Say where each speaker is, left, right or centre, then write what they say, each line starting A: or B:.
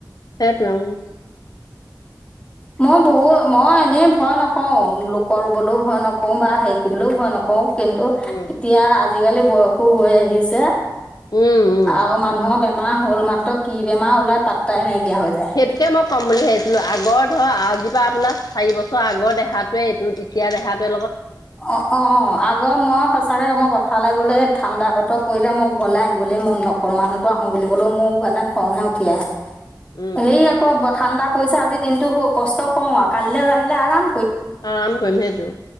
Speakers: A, on the left; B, on the left.
A: সেইটোয়ে উম'।
B: মই বহুত মই এনেই ভয় নকওঁ লোক ৰুবলৈও ভয় নকো বা হেৰি কৰিবলৈও ভয় নকওঁ কওঁ কিন্তু
A: উম
B: এতিয়া আজিকালি বয়স হৈ আহিছে।
A: উম উম
B: আৰু মানুহৰ বেমাৰ হ'ল মাত্ৰ কি বেমাৰ ওলাই পাতাই নাইকিয়া। হৈ যায়
A: সেইটোকে মই কম বুলি ভাবিছিলো আগৰ ধৰ আজিপা আপোনাৰ চাৰি বছৰ আগৰ দেহাটোৱে এইটো এতিয়া দেহাটে
B: অ', অ', আগৰ মই সচাকে কম পো উঠালে গ'লে ঠাণ্ডা বত পৰিলে মই ঘৰলৈ আহিবলৈ মন নকৰো মানুহতো আহো বুলি ক'লেও মোৰ মানে খংহে উঠা আহে
A: উম,
B: হেই আকৌ ঠাণ্ডা পৰিছো আজি দিনটো কষ্ট কৰো আৰু কালিলৈ লাগিলে আৰাম
A: আৰাম কৰিম সেইটো।